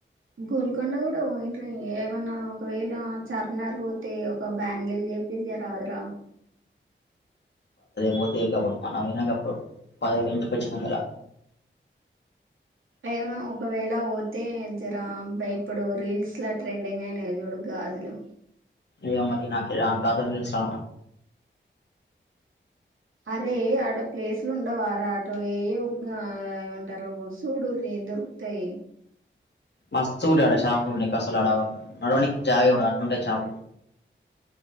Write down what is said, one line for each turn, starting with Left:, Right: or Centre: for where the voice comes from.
Right: గోల్కొండ కూడా పోయి ఏమన్నా ఒకవేళ చార్మినార్ పోతే ఒక బ్యాంగిల్ చెప్పేసి రాదురా
Left: పోతే కబడు నా విన్న కప్పుడు పద ఇంటికొచ్చే ముందర
Right: ఏమో ఒకవేళ పోతే జర ఇప్పుడు రీల్స్ ట్రెండింగ్ అయినా చూడు గాజులు
Left: ఏ మరి నాకిరా గాజులు తెల్సా
Right: అరే ఆడ ప్లేస్లు ఉండవార అటో ఏ గా ఏమంటారు చూడుర్రి దొరుకుతాయ్
Left: మస్తుగు ఉంటాయ్ ఆడ షాపులు నీకసలాడ నడవనికి జాగ ఇవ్వడు అట్లుంటయి షాపులు